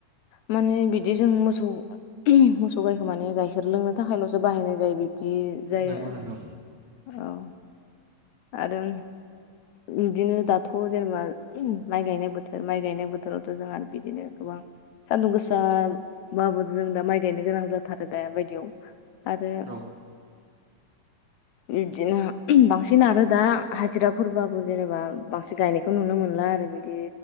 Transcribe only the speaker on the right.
नंगौ
नंगौ
औ